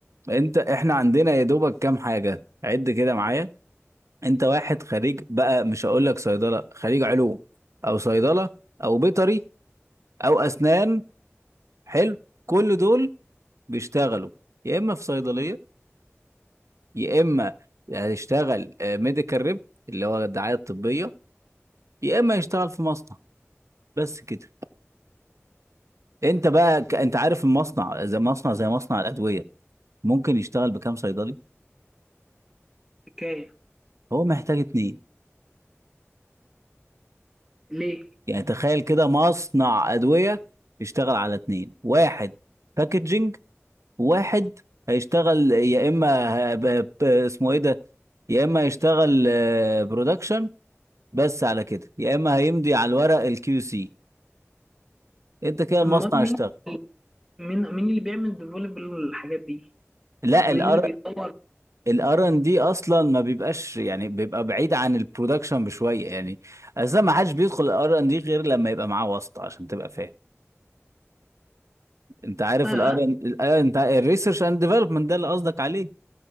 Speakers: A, on the right (about 80°); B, in the centre.
A: انت احنا عندنا يا دوبك كام حاجه عد كده معايا انت واحد خريج بقى مش هقول لك صيدله خريج علوم او صيدله او بيطري او اسنان حلو كل دول بيشتغلوا يا اما في صيدليه يا اما هيشتغل ميديكال ريب اللي هو الدعايه الطبيه يا اما يشتغل في مصنع بس كده انت بقى ك... انت عارف المصنع زي مصنع زي مصنع الادويه ممكن يشتغل بكام صيدلي
B: حكايه
A: هو محتاج اتنين
B: ليه
A: يعني تخيل كده مصنع ادويه يشتغل على اتنين واحد باكجينج واحد هيشتغل يا اما ه- ب... ب... اسمه ايه ده يا اما يشتغل برودكشن بس على كده يا اما هيمضي على الورق الكيو سي انت كده المصنع
B: امال مين
A: اشتغل
B: مين مين اللي بيعمل ديفلوب الحاجات دي
A: لا
B: مين
A: الار
B: اللي بيطور
A: الار ان دي اصلا ما بيبقاش يعني بيبقى بعيد عن البرودكشن بشويه يعني اساسا ما حدش بيدخل الار ان دي غير لما يبقى معاه واسطه عشان تبقى فاهم انت عارف
B: اه
A: الار ان انت الريسيرش اند ديفلوبمنت ده اللي قصدك عليه